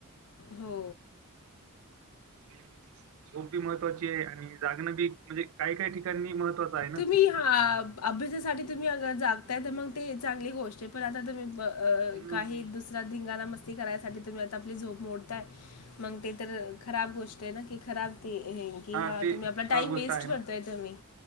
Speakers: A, on the left; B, on the right.
A: हो
B: ह् झोप बी महत्त्वाची आहे आणि जागणं बी म्हणजे काही काही ठिकाणी महत्वाचं आहे ना.
A: तुम्ही हा अभ्यासासाठी तुम्ही अ जा ता तर मग ते चांगली गोष्ट आहे पण आता तुम्ही
B: हं.
A: काही दुसऱ्या धिंगाणा मस्ती करायसाठी तुम्ही आ आपली झोप मोडताय मग ते तर खराब गोष्ट आहे ना की खराब की
B: हां,
A: ह आपला
B: ते खराब
A: टाइम
B: गोष्ट
A: वेस्ट
B: ना
A: करताय तुम्ही.